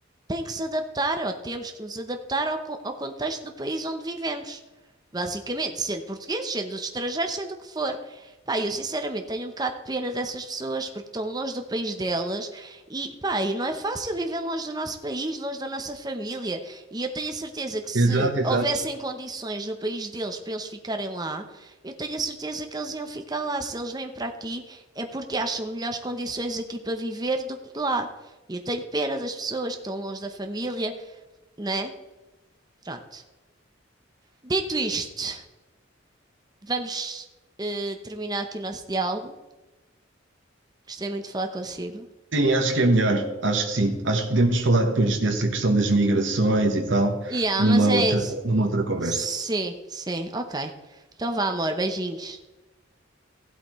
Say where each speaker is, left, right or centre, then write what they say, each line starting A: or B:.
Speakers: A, on the right; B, on the right.
A: tem que se adaptar, ou temos que nos adaptar ao, co- ao contexto do país onde vivemos. Basicamente, sendo portugueses, sendo estrangeiros, sendo o que for. Pá, eu sinceramente tenho um bocado de pena dessas pessoas porque estão longe do país delas e, pá, e não é fácil viver longe do nosso país, longe da nossa família. E eu tenho a certeza que se
B: Exato, exato.
A: houvessem condições no país deles para eles ficarem lá, eu tenho a certeza que eles iam ficar lá. Se eles vêm para aqui, é porque acham melhores condições aqui para viver do que lá. E eu tenho pena das pessoas que estão longe da família, né? Pronto. Dito isto, vamos eh, terminar aqui o nosso diálogo. Gostei muito de falar consigo.
B: Sim, acho que é melhor. Acho que sim. Acho que podemos falar depois dessa questão das migrações e tal,
A: E ah,
B: numa
A: mas é
B: outra,
A: isso.
B: numa outra conversa.
A: Sim, sim, ok. Então vá, amor, beijinhos.